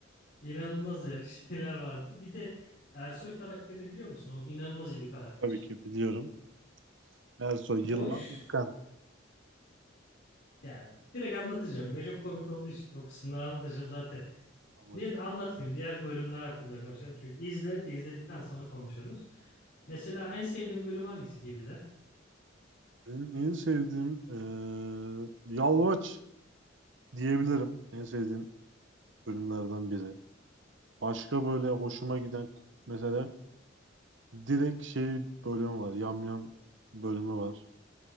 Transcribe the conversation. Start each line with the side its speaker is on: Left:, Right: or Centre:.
Left: İnanılmaz yani <laughs> şeyler vardı. Bir de Ersoy karakterini biliyor musun? O inanılmaz iyi bir karakter.
Right: Tabii ki biliyorum. Ersoy, Yılmaz,
Left: O ş-
Right: İlkan.
Left: yani direkt anlatacağım. Ya çok komik olduğu için o kısımları anlatacağım zaten.
Right: Ama
Left: Niye de anlatmayayım? Diğer bölümler hakkında konuşalım. Çünkü izle, izledikten sonra konuşuruz. Mesela en sevdiğin bölüm hangisi gibi de?
Right: Benim en sevdiğim eee, Yalvaç diyebilirim. En sevdiğim bölümlerden biri. Başka böyle hoşuma giden mesela direkt şey bölümü var. Yamyam bölümü var.